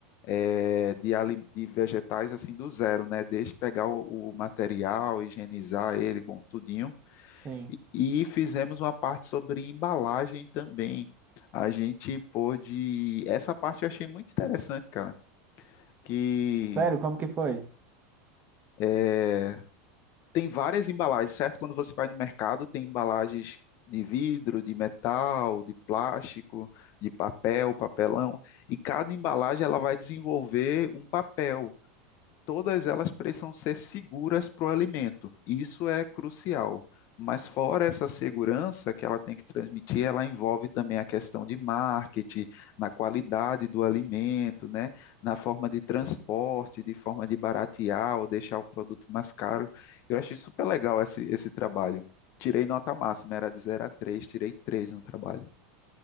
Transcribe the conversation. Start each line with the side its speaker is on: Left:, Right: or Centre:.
Left: eh, de, ali- de vegetais assim do zero, né? Desde pegar o, o material, higienizar ele, bom, tudinho.
Right: Sim.
Left: E, e fizemos uma parte sobre embalagem também. A gente pôde. Essa parte eu achei muito interessante, cara, que.
Right: Sério, como que foi?
Left: eh, tem várias embalagens, certo? Quando você vai no mercado, tem embalagens de vidro, de metal, de plástico, de papel, papelão, e cada embalagem ela vai desenvolver um papel todas elas precisam ser seguras para o alimento. Isso é crucial. Mas fora essa segurança que ela tem que transmitir, ela envolve também a questão de marketing, na qualidade do alimento, né? na forma de transporte, de forma de baratear ou deixar o produto mais caro. Eu achei super legal esse, esse trabalho. Tirei nota máxima, era de zero a 3, tirei 3 no trabalho.